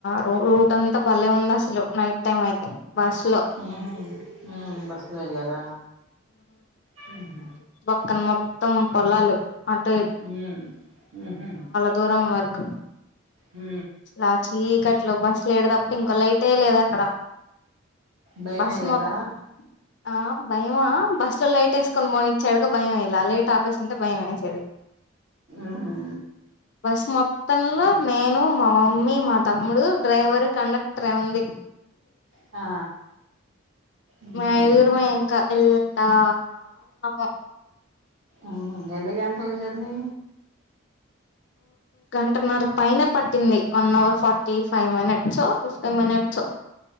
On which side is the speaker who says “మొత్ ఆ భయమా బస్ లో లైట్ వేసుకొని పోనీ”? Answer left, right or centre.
Left